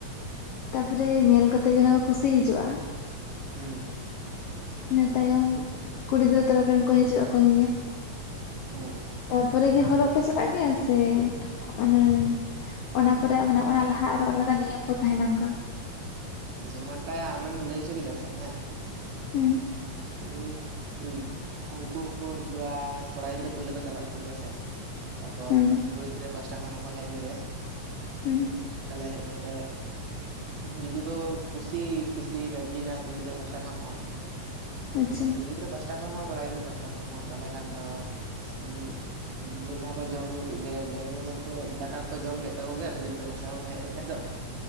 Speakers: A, on the left; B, on the right.
A: ᱛᱟᱯᱚᱨᱮ ᱧᱮᱞ ᱠᱟᱛᱮᱜ ᱡᱟᱦᱟᱸ ᱠᱚ ᱠᱩᱥᱤ ᱦᱤᱡᱩᱜᱼᱟ᱾
B: ᱦᱮᱸ
A: ᱤᱱᱟᱹ ᱛᱟᱭᱚᱢ ᱠᱩᱲᱤ ᱜᱤᱫᱽᱨᱟᱹ ᱛᱚᱨᱚᱯ ᱨᱮᱱ ᱠᱚ ᱦᱤᱡᱩᱜ ᱟᱠᱚ ᱧᱮᱧᱮᱞ
B: ᱦᱮᱸ
A: ᱛᱟᱯᱚᱨᱮ ᱜᱮ ᱦᱚᱨᱚᱜ ᱯᱮ ᱪᱟᱞᱟᱜ ᱜᱮᱭᱟ ᱥᱮ ᱚᱱᱮ ᱮᱸ ᱚᱱᱟ ᱯᱚᱨᱮ ᱢᱟᱱᱮ ᱚᱱᱟ ᱞᱟᱦᱟ ᱟᱨᱚ ᱟᱞᱟᱫᱟ ᱱᱤᱭᱚᱢ ᱠᱚ ᱛᱟᱦᱮᱱᱟ ᱚᱱᱠᱟ
B: ᱡᱮᱢᱚᱱ ᱴᱟ ᱟᱢᱮᱢ ᱞᱟᱹᱭ ᱚᱪᱚ ᱠᱮᱫᱟ ᱥᱮ ᱦᱮᱸ
A: ᱦᱩᱸ
B: ᱦᱮᱸ ᱩᱱᱠᱩ ᱦᱚᱸᱠᱚ ᱦᱤᱡᱩᱜᱼᱟ ᱠᱚᱲᱟ ᱜᱤᱫᱽᱨᱟᱹ ᱯᱩᱭᱞᱳ ᱠᱚ ᱪᱟᱞᱟᱜ ᱛᱟᱦᱮᱱ ᱜᱮᱭᱟ ᱥᱮ ᱛᱟᱯᱚᱨ
A: ᱦᱩᱸ
B: ᱠᱩᱲᱤ ᱜᱤᱫᱽᱨᱟᱹ ᱯᱟᱥᱴᱟ ᱠᱷᱚᱱ ᱦᱚᱸᱠᱚ ᱦᱮᱡ ᱮᱱ ᱜᱮ
A: ᱦᱩᱸ
B: ᱛᱟᱦᱞᱮ ᱦᱮᱡ ᱠᱟᱛᱮᱜ ᱡᱩᱫᱤ ᱠᱚ ᱠᱩᱥᱤ ᱠᱩᱥᱤ ᱨᱟᱹᱡᱤᱭᱮᱱᱟ ᱠᱩᱲᱤ ᱜᱤᱫᱽᱨᱟᱹ ᱯᱟᱥᱴᱟ ᱠᱷᱚᱱ ᱦᱚᱸ
A: ᱟᱪᱷᱟ
B: ᱠᱩᱲᱤ ᱜᱤᱫᱽᱨᱟᱹ ᱯᱟᱦᱴᱟ ᱠᱷᱚᱱ ᱦᱚᱸ ᱠᱚᱲᱟ ᱜᱤᱫᱽᱨᱟᱹ ᱯᱟᱦᱴᱟ ᱠᱷᱚᱱ ᱦᱚᱸ ᱢᱤᱫ ᱫᱷᱟᱣ ᱠᱚ ᱡᱚᱢ ᱧᱩ ᱠᱮᱫ ᱜᱮ ᱡᱚᱢ ᱧᱩ ᱵᱚᱞᱛᱮ ᱫᱟᱠᱟ ᱠᱚ ᱡᱚᱢ ᱠᱮᱫᱟᱠᱚ ᱜᱮᱭᱟ ᱠᱩᱲᱤ ᱜᱤᱫᱽᱨᱟᱹ ᱠᱚᱟᱥᱟ ᱠᱷᱚᱱ ᱠᱚ ᱦᱮᱡ ᱮᱱ ᱠᱷᱟᱡ ᱫᱚ